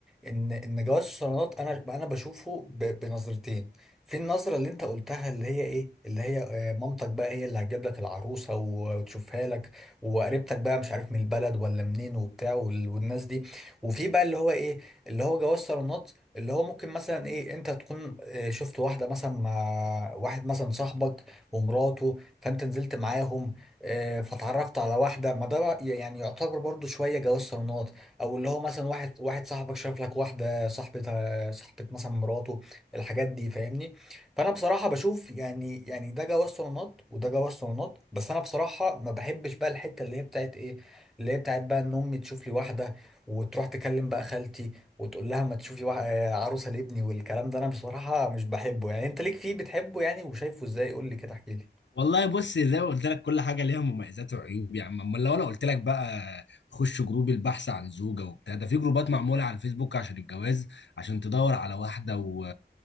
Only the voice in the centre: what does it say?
ان ان جواز الصالونات انا انا بشوفه ب... بنظرتين في النظره اللي انت قلتها اللي هي ايه اللي هي آه، مامتك بقى هي اللي هتجيب لك العروسه و- وتشوفها لك وقريبتك بقى مش عارف من البلد ولا منين وبتاع وال... والناس دي وفي بقى اللي هو ايه اللي هو جواز صالونات اللي هو ممكن مثلا ايه انت تكون آه، شفت واحده مثلا مع واحد مثلا صاحبك ومراته فانت نزلت معاهم آه، فتعرفت على واحده ما ده بقى يعني يعتبر برضو شويه جواز صالونات او اللي هو مثلا واحد واحد صاحبك شاف لك واحده صاحبتها صاحبه مثلا مراته الحاجات دي فاهمني فانا بصراحه بشوف يعني يعني ده جواز صالونات وده جواز صالونات بس انا بصراحه ما بحبش بقى الحته اللي هي بتاعت ايه اللي هي بتاعت بقى ان امي تشوف لي واحده وتروح تكلم بقى خالتي وتقول لها ما تشوفي وا- آه، عروسه لابني والكلام ده انا بصراحه مش بحبه يعني انت ليك فيه بتحبه يعني وشايفه ازاي قول لي كده احكي لي